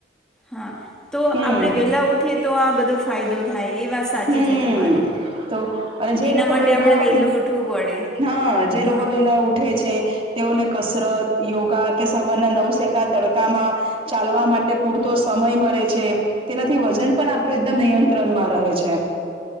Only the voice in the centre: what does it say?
હા, તો
આપણે વેહલા ઉઠીએ તો આ બધો ફાયદો થાય એ વાત સાચી
છે તમારી.
એના
માટે
આપણે વહેલું ઉઠવું પડે
હા